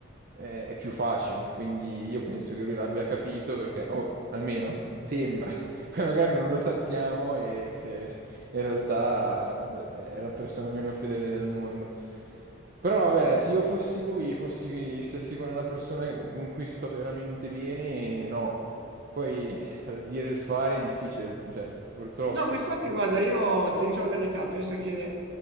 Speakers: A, on the right; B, on the right.
A: eh, è più facile. Quindi io penso che lui l'abbia capito perché, o almeno sembra, <laughs> poi magari non lo sappiamo e eh, in realtà eh, è la persona meno fedele del mondo. Però vabbè, se io fossi lui, fossi, stessi con una persona con cui sto veramente bene, no. Poi tra il dire e il fare è difficile, cioè purtroppo.
B: No, ma infatti, guarda, io ti dico la verità, penso che